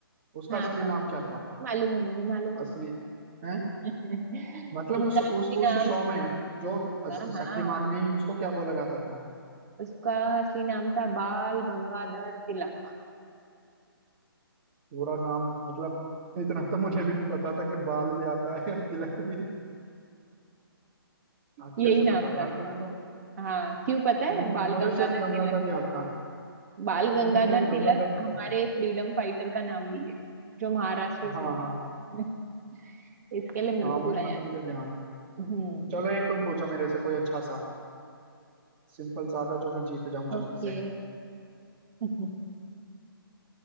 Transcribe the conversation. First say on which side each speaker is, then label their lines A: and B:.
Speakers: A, on the right; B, on the right.
A: उसका
B: हाँ
A: असली
B: हाँ
A: नाम क्या था
B: मालूम है मुझे मालूम है
A: असली
B: मुझे।
A: है
B: <laughs>
A: मतलब
B: उसका
A: उस
B: असली
A: उस उस
B: नाम
A: शो
B: था
A: में जो अस-
B: हाँ हाँ
A: शक्तिमान में ही उसको क्या बोला जाता था
B: उसका असली नाम था बाल गंगाधर तिलक
A: पूरा नाम मतलब इतना तो मुझे भी नहीं पता था कि बाल भी आता है <laughs> तिलक भी अच्छे
B: यही
A: से
B: नाम
A: पता है
B: था
A: यार
B: उसका
A: तुम्हें तो
B: हाँ क्यों पता
A: नहीं
B: है
A: मु-
B: बाल
A: मुझे
B: गंगाधर
A: सिर्फ गंगाधर
B: तिलक
A: याद था
B: बाल गंगाधर
A: मुझे सिर्फ
B: तिलक
A: गंगाधर पता
B: हमारे
A: था
B: फ्रीडम फाइटर का नाम भी है जो महाराष्ट्र से
A: हाँ
B: थे
A: हाँ
B: <laughs> इसके लिए मेरे
A: हाँ
B: को पूरा
A: उनका
B: याद
A: तो मुझे
B: है
A: ध्यान है
B: हम्म
A: चलो एक तुम पूछो मेरे से कोई अच्छा सा सिंपल सादा जो मैं जीत जाऊं
B: ओके
A: जल्दी से
B: <laughs>